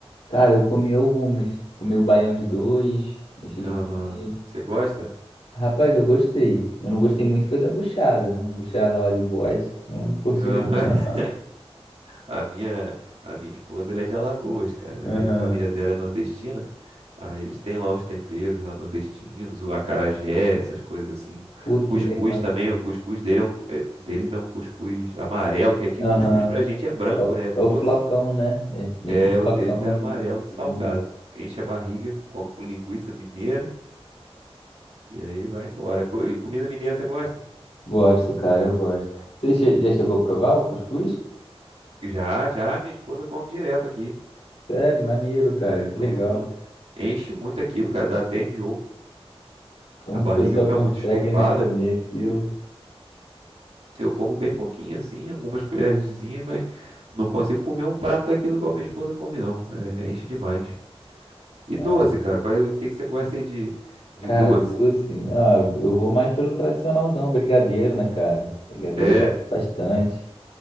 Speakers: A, on the left (about 80°); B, on the right (about 85°).
A: Cara, eu comi algumas. Comi o baião de dois. Eu cheguei
B: Aham.
A: a comer.
B: Você gosta?
A: Rapaz, eu gostei. Eu não gostei muito foi da buchada, né? Buchada lá de bode. Eu não curti
B: Aham.
A: muito,
B: <laughs>
A: não.
B: A minha, a minha esposa, ela é de Alagoas, cara.
A: Aham.
B: A família dela é nordestina. Aí eles têm lá os temperos lá nordestinos, o acarajé, essas coisas assim.
A: Pô, que
B: Cuscuz
A: legal,
B: também,
A: cara.
B: o cuscuz dele é um- é- deles é um cuscuz amarelo, que aqui
A: Aham.
B: o cuscuz pra gente é branco,
A: É o,
B: né? É doce.
A: é o flocão, né? É meio
B: É,
A: que o flocão
B: o deles é amarelo
A: de
B: de
A: de
B: salgado.
A: milho.
B: Enche a barriga, come com linguiça mineira e aí vai embora. Co- e Comida mineira você gosta?
A: Gosto, cara, eu gosto. Você che- já chegou a provar o cuscuz?
B: Já, já, minha esposa come direto aqui.
A: Sério, maneiro, cara, que
B: Não,
A: legal.
B: não- enche muito aquilo, cara, dá até enjoo.
A: Como
B: A barriga
A: que o pessoal
B: fica
A: consegue,
B: muito estufada.
A: né, comer aquilo?
B: Eu como bem pouquinho, assim, algumas colherzinhas, mas não consigo comer um prato daquilo igual minha esposa come, não. É, enche demais. E
A: Ah,
B: doce, cara? Qual é- o que que você gosta aí de, de
A: Cara,
B: doce?
A: doce. Ah, eu vou mais pelo tradicionalzão, brigadeiro, né, cara? Brigadeiro
B: É,
A: eu gosto bastante.